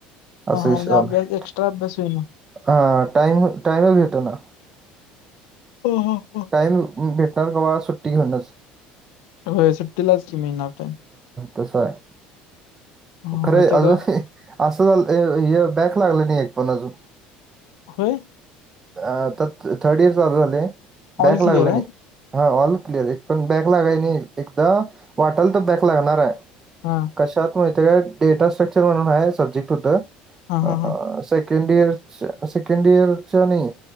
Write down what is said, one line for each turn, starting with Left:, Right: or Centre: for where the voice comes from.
Right: असा
Left: हा हा
Right: विषय
Left: म्हणजे
Right: झाला
Left: अभ्यास एक्स्ट्रा अभ्यास होईना.
Right: हा टाईम टाईमच भेटना.
Left: हा हा हा.
Right: टाइम भेटणार कवा सुट्टी घेऊनच.
Left: होय सुट्टीलाच की मिळणार टाईम.
Right: तस आहे.
Left: हा
Right: खर
Left: हा, मग
Right: आहे
Left: ते आता
Right: अजून हे असं झालं हे हे बॅक लागलं नाही एक पण अजून.
Left: होय?
Right: अ आता थ-थर्ड इयर चालू झालंय बॅकला
Left: ऑल क्लिअर
Right: लागलं
Left: आहे
Right: नाही. हा ऑल क्लिअर एक पण बॅक लागाय नाही‌. एकदा वाटालत बॅक लागणार आहे.
Left: हा.
Right: कशात माहितेय काय? डेटा स्ट्रक्चर म्हणून आहे सब्जेक्ट होतं
Left: हा
Right: अ
Left: हा हा
Right: सेक सेकंड इयरच सेकंड इयरच्या नाही,